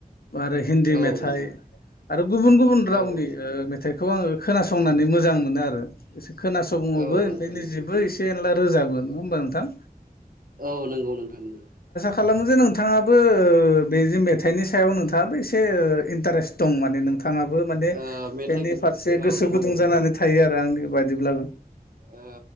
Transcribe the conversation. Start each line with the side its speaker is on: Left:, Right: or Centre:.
Left: आरो हिन्दी
Right: औ
Left: मेथाइ
Right: नोंथां
Left: आरो गुबुन गुबुन रावनि
Right: औ नोंथां
Left: मेथाइखौ आङो खोनसंनानै मोजां मोनो आरो खोनासंनो
Right: औ
Left: बो ओंखायनो
Right: नंगौ नोंथां
Left: जेबो एसे एनला रोजाबो नङा होमबा नोंथां।
Right: औ नंगौ नोंथां नोंगौ।
Left: खालामोदो नोंथाङाबो बे मेथाइनि सायाव नोंथाङाबो एसे इन्टारेस्ट दं माने नोंथा ङाबो माने
Right: ओ मेथाइ
Left: बेनि फारसे
Right: औ
Left: गोसो
Right: नोंथां
Left: गुदुं जानानै थायो आरो आंनि बायदिब्लाबो।
Right: औ